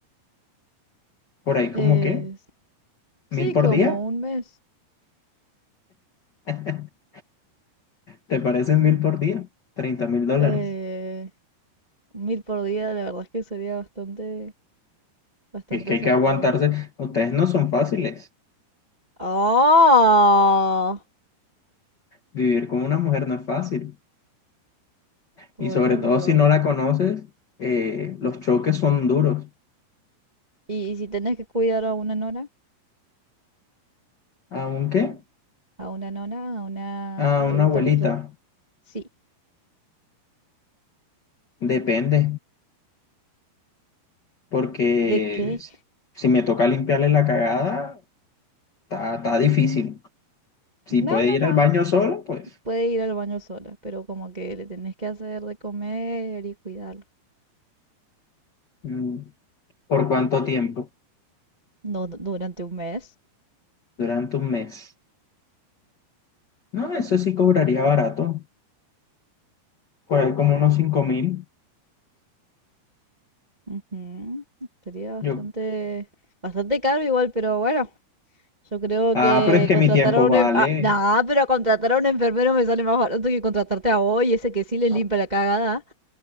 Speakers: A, on the left; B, on the right.
A: Por ahí como
B: Eh,
A: que,
B: sí,
A: mil por
B: como
A: día.
B: un mes.
A: <laughs> ¿Te parecen mil por día? Treinta mil dólares.
B: Eh, mil por día, la verdad es que sería bastante, bastante
A: Y es que
B: acertado.
A: hay que aguantarse. Ustedes no son fáciles.
B: Oh.
A: Vivir con una mujer no es fácil.
B: Bueno,
A: Y sobre todo
B: pero...
A: si no la conoces, eh, los choques son duros.
B: ¿Y, y si tenés que cuidar a una nora?
A: aunque
B: a una nona, a una
A: A
B: adulta
A: una abuelita.
B: mayor, sí.
A: Depende, porque
B: ¿De qué?
A: si si me toca limpiarle la cagada, está, está difícil. Si
B: No,
A: puede
B: no,
A: ir
B: no.
A: al baño solo, pues
B: Puede ir al baño sola, pero como que le tenés que hacer de comer y cuidarlo.
A: mm, ¿por cuánto tiempo?
B: No, du- durante un mes.
A: Durante un mes. No, eso sí cobraría barato, por ahí como unos cinco mil.
B: Ujú. Sería bastante,
A: Yo,
B: bastante caro igual, pero bueno. Yo creo
A: ah,
B: que
A: pero es que
B: contratar
A: mi tiempo
B: a un...
A: vale.
B: en- Ah, nah, pero contratar a un enfermero me sale más barato que contratarte a vos, y ese que sí le
A: A
B: limpia la cagada.